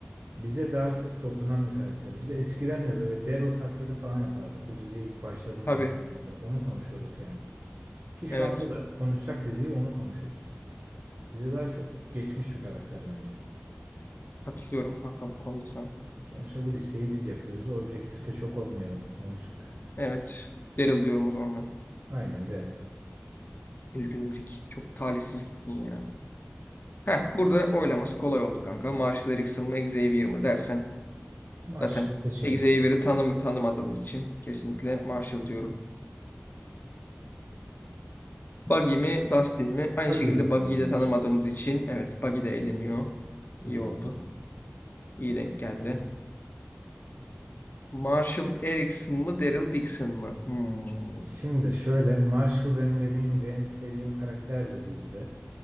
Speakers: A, on the right; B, on the left.
A: bize daha çok dokunan bir karakter. Biz de eskiden de böyle Daryl taklidi falan yapardık. Bu diziye ilk başladığımız
B: Tabii
A: zamanlarda onu konuşurduk yani. Ki şu
B: evet
A: anda da konuşsak diziyi onu konuşuruz. Bize daha çok geçmiş bir karakter bence.
B: katılıyorum kanka bu konuda sana.
A: Sonuçta bu listeyi biz yapıyoruz. Objektifte çok olmayalım. Ne olacak?
B: Evet Daryl diyorum o zaman ben.
A: Aynen de.
B: Üzgünümcük. Çok talihsiz gittin ya. Heh, burada oylaması kolay oldu kanka. Marshall Erickson mı Xavier mi dersen
A: Marshall'ı
B: zaten
A: seçelim.
B: Xavier'i
A: zaten.
B: tanım tanımadığımız için kesinlikle Marshall diyorum. Buggy mi Dustin mi? Aynı
A: Buggy'yi
B: şekilde
A: de tanımlıyoruz.
B: Buggy'yi de tanımadığımız için evet Buggy de eğleniyor.
A: Tamam.
B: İyi oldu. İyi denk geldi. Marshall Erickson mı Daryl Dixon mı? Hmm.
A: Şimdi şöyle Marshall benim dediğim gibi en sevdiğim karakterdir dizide.